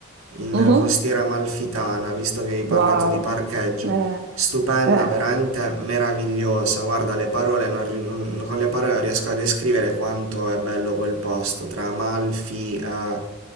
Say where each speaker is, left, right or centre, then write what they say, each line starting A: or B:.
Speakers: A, on the right (about 85°); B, on the right (about 55°).
A: in
B: Mhm.
A: Costiera Amalfitana, visto che hai parlato
B: Wow,
A: di parcheggio.
B: eh,
A: Stupenda,
B: eh,
A: veramente meravigliosa. Guarda, le parole non ri- non- con le parole non riesco a descrivere quanto è bello quel posto, tra Amalfi, eh,